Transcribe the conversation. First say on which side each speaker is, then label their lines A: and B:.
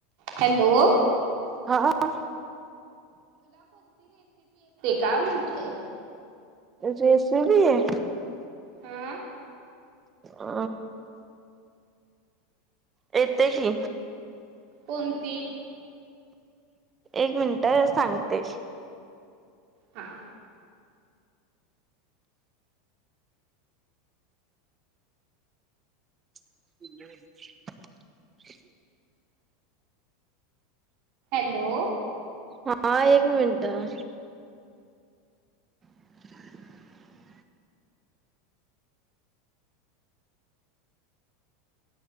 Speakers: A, on the right; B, on the right.
A: हॅलो
B: हा हा हा
A: काय म्हंटलं?
B: जैसे भी ये
A: हा
B: अ येते की,
A: कोणती?
B: एक मिनिटं सांगते.
A: हा
B: <inaudible>
A: हॅलो
B: हा एक मिनटं <inaudible>